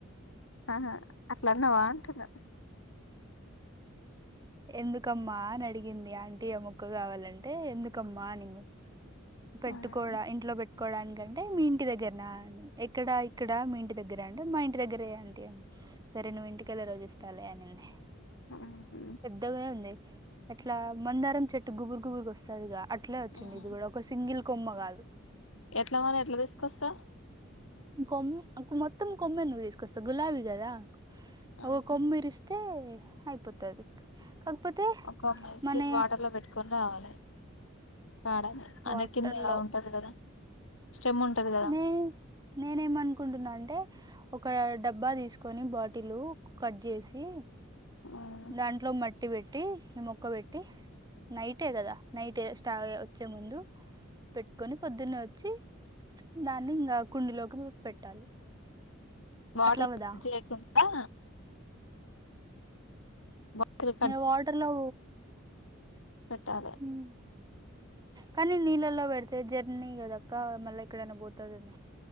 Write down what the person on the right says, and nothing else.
ఎందుకమ్మా అని అడిగింది ఆంటీ ఆ మొక్క కావాలంటే ఎందుకమ్మా అనింది పెట్టుకోడా
ఇంట్లో పెట్ కోవడానికంటే మీ ఇంటి దగ్గర్నా అని ఎక్కడ ఇక్కడ మీ ఇంటి దగ్గర అంటే మా ఇంటి దగ్గరే ఆంటీ అని సరే నువ్వుంటికెళ్లే రోజు ఇస్తాలే అనింది
పేద్దగా ఉంది అట్లా మందారం చెట్టు గుబురు గుబుర్గా వస్తదిగా అట్లే వచ్చింది
ఇది కూడా ఒక సింగిల్ కొమ్మ కాదు
కొమ్ అక్ మొత్తం కొమ్మ నువ్వు తీసుకొస్తావ్ గులాబీ కదా
ఒకొమ్మరిస్త్ ఐతే అయిపోతది కాకపోతే
మన
వాటర్
లో
నే నేనేమనుకుంటున్నాండి అంటే ఒక డబ్బా తీసుకొని బాటిల్ కట్ చేసి
దాంట్లో మట్టి కట్టి పెట్టి ఈ మొక్క పెట్టి నైటే కదా నైట్ స్టా వచ్చే ముందు పెట్టుకొని పొద్దున్న వచ్చి దాన్ని ఇంకా కుండలోకి మ పెట్టాలి
అట్లా కదా
వాటర్లో
ఉమ్. కానీ నీళ్లెలా పెడితే జర్నీ కదాకా మళ్ళా ఇక్కడనా పోతుదమ